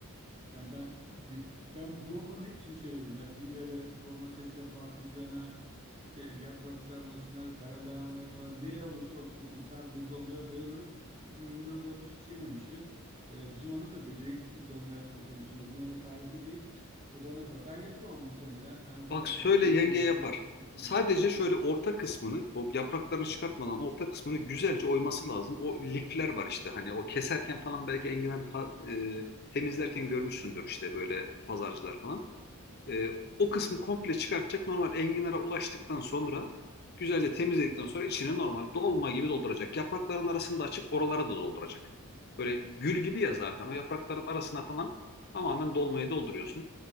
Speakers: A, on the right; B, on the left.
A: Yani ben bi- ben dolmanın hepsini severim ya. Bibere, domatese, patlıcana, işte yaprak sarmasına, kara lahanaya falan neye olursa olsun işte sarmayı dolmaya bayılırım. Ama enginar dolması hiç yememiştim. Ee, bizim hanım da beceriklidir dolma yapma konusunda. Bunu ona tarif edeyim. O bana yapar. Ben yapamam muhtemelen. Ben o kadar
B: Bak söyle
A: kompleks
B: yenge
A: yemekleri
B: yapar.
A: yapamıyorum.
B: Sadece şöyle orta kısmını, o yapraklarını çıkartmadan orta kısmını güzelce oyması lazım. O lifler var işte hani o keserken falan belki enginar pa- e, temizlerken görmüşsündür işte böyle pazarcılar falan. E, o kısmı komple çıkartacak. Normal enginara ulaştıktan sonra güzelce temizledikten sonra içini normal dolma gibi dolduracak. Yaprakların arasını da açıp oralara da dolduracak. Böyle gül gibi ya zaten. O yaprakların arasına falan tamamen dolmayı dolduruyorsun.